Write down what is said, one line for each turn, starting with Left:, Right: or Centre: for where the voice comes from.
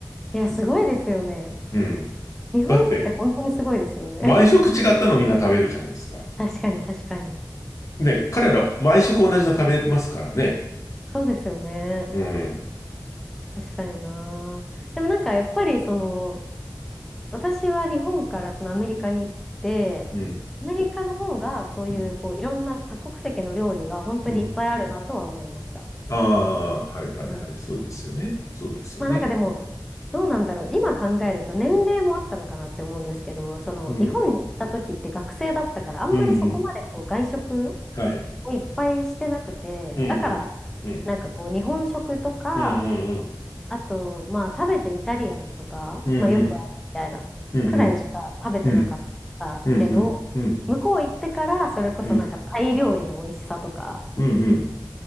Centre: いや、すごいですよね。
Left: うん。
Centre: 日本って本当にすごいですよね。
Left: だって、毎食違ったのみんな食べるじゃないですか。
Centre: <laughs> 確かに、確かに。
Left: ね、彼ら、毎食同じの食べますからね。
Centre: そうですよね。
Left: うん、
Centre: 確かにな。でもなんか、やっぱりその、私は日本からそのアメリカに行って、
Left: うん、
Centre: アメリカの方がそういう、
Left: うん、
Centre: こういろんな多国籍の料理が本当にいっぱいあるなとは思いました。
Left: うん。ああ、はいはいはい。
Centre: うん。
Left: そうですよね。そうですよね。
Centre: まあなんかでも、どうなんだろう。今考えると年齢もあったのかなって思うんですけど、その日本にいた時って学生だったから、
Left: うん、
Centre: あんまりそこまでこう外食
Left: うん、うん。はい。
Centre: をいっぱいしてなくて、
Left: うん、
Centre: だから
Left: うん、うん、
Centre: なんかこう日本食とか、
Left: うん、うん、うん、
Centre: あと、まあ、食べてイタリアンとか、
Left: うん、
Centre: まあ、
Left: うん、
Centre: よくあるみたいな、
Left: うん、
Centre: くらいしか食べてなかったけど、
Left: うん、うん、うん、うん、うん、うん、
Centre: 向こう行ってから、それこそなんかタイ料理の美味しさとか、
Left: うん、うん、うん。